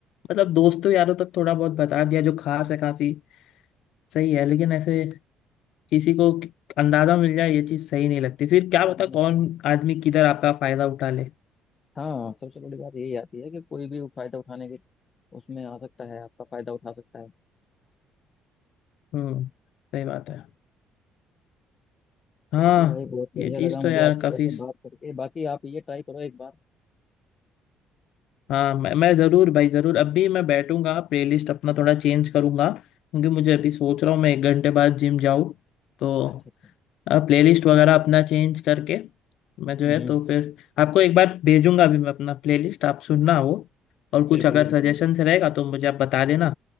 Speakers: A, on the left; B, on the left.
A: मतलब दोस्तों यारों तक थोड़ा बहुत बता दिया जो खास है काफी सही है लेकिन ऐसे किसी को कि- अंदाजा मिल जाए ये चीज सही नहीं लगती फिर क्या
B: हम्म।
A: पता कौन आदमी किधर आपका फायदा उठा ले
B: हाँ सबसे बड़ी बात यही आती है कि कोई भी फायदा उठाने के उसमें आ सकता है आपका फायदा उठा सकता है
A: हम्म सही बात है हाँ
B: चलिए भाई बहुत बढ़िया
A: ये चीज
B: लगा मुझे
A: तो यार
B: आपसे
A: काफी
B: वैसे बात करके बाकी आप ये ट्राई करो एक बार
A: हाँ मैं, मैं जरूर भाई जरूर अभी मैं बैठूंगा प्लेलिस्ट अपना
B: हम्म,
A: थोड़ा चेंज करूंगा क्योंकि मुझे अभी सोच रहा हूँ मैं एक घंटे बाद जिम जाऊँ तो
B: अच्छा अच्छा
A: प्लेलिस्ट वगैरह अपना चेंज करके मैं जो
B: हम्म
A: है
B: हम्म,
A: तो फिर आपको एक बार भेजूंगा अभी मैं अपना प्लेलिस्ट आप सुनना वो और कुछ
B: बिल्कुल
A: अगर
B: बिल्कुल
A: सजेशंस
B: बिल्कुल
A: रहेगा तो मुझे आप बता देना